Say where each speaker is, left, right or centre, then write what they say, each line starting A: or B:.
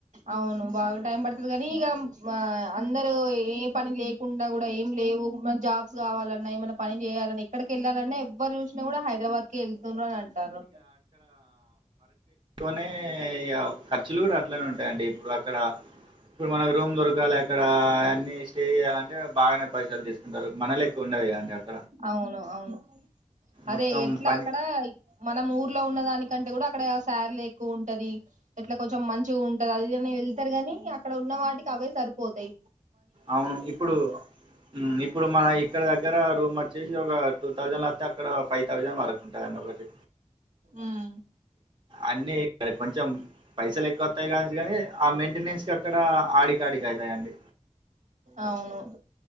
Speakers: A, on the right; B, on the right.
A: అవును బాగా టైం పడుతది కానీ ఇగ అందరూ ఏ పని లేకుండా కూడా ఏం లేవు ఏమన జాబ్స్ కావాలన్నా ఏమన్నా పని చేయాలన్నా ఎక్కడికి వెళ్ళాలన్నా ఎవ్వరు చూసినా కూడా హైదరాబాద్ కెళ్తున్నారు అని అంటార్రు
B: తోనే ఇగ ఖర్చులు కూడా అట్లనే ఉంటాయండి ఇప్పుడు అక్కడ ఇప్పుడు మనకు రూమ్ దొరకాలె అక్కడ అన్ని స్టే చేయాలంటే బాగానే పైసలు తీసుకుంటారు మనలెక్కు ఉండదిగా అమడి అక్
A: అవును అవును అదే
B: మొత్తం
A: ఎట్లా
B: పని
A: అక్కడ మనం ఊర్లో ఉన్న దానికంటే కూడా అక్కడ శార్లు ఎక్కువ ఉంటది ఎట్లా కొంచెం మంచిగా ఉంటది అది అన్ వెళ్తారు గాని అక్కడ ఉన్న వాటికి అవే సరిపోతాయ్
B: అవును ఇప్పుడు ఉమ్ ఇప్పుడు మన ఇక్కడ దగ్గర రూమ్ వచ్చేసి ఒక టూ థౌసండ్ అక్కడ ఫైవ్ థౌసండ్ వరకు ఉంటదండి
A: ఉమ్
B: అన్నీ కొంచెం పైసలు ఎక్కువ వత్తాయ్ కా కాని ఆ మెయింటెనెన్స్ కి అక్కడ ఆడికాడికి అవుతాయండి
A: అవును